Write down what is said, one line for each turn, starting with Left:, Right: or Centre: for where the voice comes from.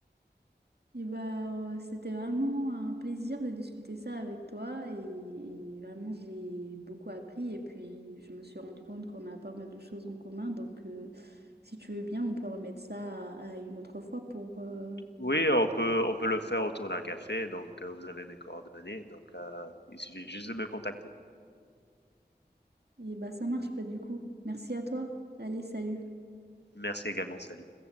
Right: Et bah, euh, c'était vraiment un plaisir de discuter ça avec toi et, et vraiment j'ai beaucoup appris et puis je me suis rendu compte qu'on a pas mal de choses en commun donc euh, si tu veux bien on peut remettre ça à, à une autre fois pour euh,
Left: Oui, on peut, on peut le faire autour d'un café, donc, heu, vous avez mes coordonnées, donc, heu, il suffit juste de me contacter.
Right: et bah ça marche pas du coup. Merci à toi. Allez, salut.
Left: Merci également, salut.